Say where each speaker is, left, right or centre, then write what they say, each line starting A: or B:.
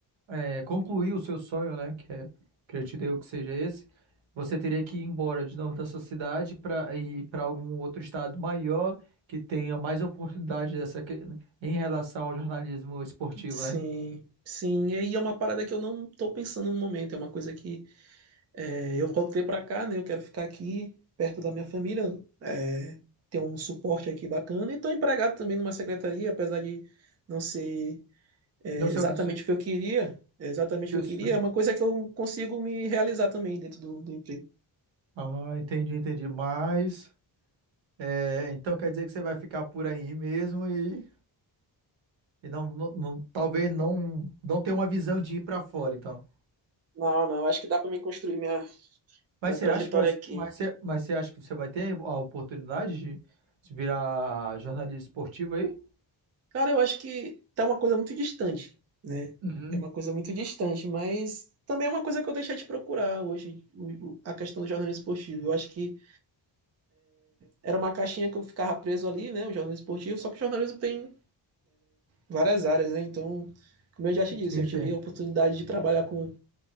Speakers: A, on the right; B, on the right.
A: é, concluir o seu sonho, né, que é, acredito eu que seja esse, você teria que ir embora de novo da sua cidade para ir para algum outro estado maior que tenha mais oportunidade dessa que- em relação ao jornalismo esportivo,
B: Sim,
A: né?
B: sim. E aí é uma parada que eu não tô pensando no momento. É uma coisa que É, eu voltei para cá, né? Eu quero ficar aqui perto da minha família, é, ter um suporte aqui bacana. E estou empregado também numa secretaria, apesar de não ser, é,
A: Não sei
B: exatamente
A: o que dizer.
B: o que eu queria. é exatamente
A: Isso.
B: o que eu queria, é uma coisa que eu consigo me realizar também dentro do, do emprego.
A: Ah, entendi, entendi. Mas, é, então quer dizer que você vai ficar por aí mesmo e E não, não, não- talvez não, não tenha uma visão de ir para fora, então.
B: Não, não, acho que dá para mim construir minha,
A: Mas
B: minha
A: você
B: trajetória
A: acha que vai,
B: aqui.
A: mas você, mas você acha que você vai ter a oportunidade de se virar jornalista esportivo aí?
B: Cara, eu acho que tá uma coisa muito distante, né?
A: Uhum.
B: É uma coisa muito distante, mas também é uma coisa que eu deixei de procurar hoje, o- o- a questão do jornalismo esportivo. Eu acho que Era uma caixinha que eu ficava preso ali, né? O jornalismo esportivo, só que o jornalismo tem várias áreas, né? Então, como eu já te disse,
A: Sim,
B: eu
A: sim.
B: tive a oportunidade de trabalhar com